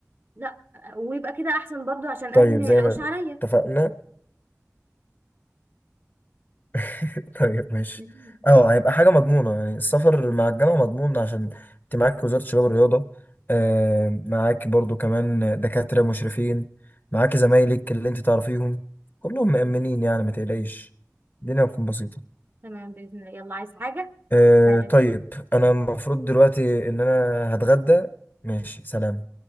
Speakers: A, on the right; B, on the left.
A: لا ويبقى كده احسن برضو عشان
B: طيب
A: اهلي ما
B: زي
A: يلاقوش
B: ما
A: عليا
B: اتفقنا <laughs> طيب ماشي
A: ماشي.
B: اه هيبقى حاجة مضمونة يعني السفر مع الجامعة مضمون عشان انت معاك وزارة الشباب والرياضة آه، معاك برضو كمان دكاترة مشرفين معاك زمايلك اللي انت تعرفيهم كلهم مأمنين يعني ما تقلقيش الدنيا هتكون بسيطة
A: تمام باذن الله يلا عايز حاجه
B: آه،
A: سلام
B: طيب انا المفروض دلوقتي ان انا هتغدى ماشي سلام